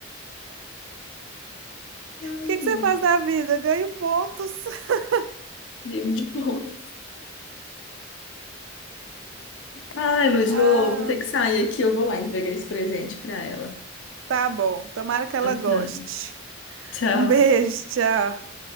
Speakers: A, on the left; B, on the right.
A: Ai,
B: que que você faz da vida? Ganho pontos. <laughs>
A: vivo de pontos Ai, Luz,
B: Ah,
A: vou, vou ter que sair aqui, eu vou lá entregar esse presente pra ela.
B: tá bom. Tomara que ela
A: Tá.
B: goste.
A: Tchau.
B: Um beijo, tchau.